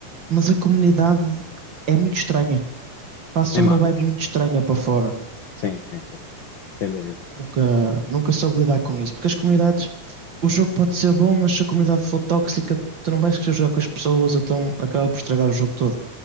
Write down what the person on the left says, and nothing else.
É
má
mesmo.
Sim, sim, sim. Sem dúvida.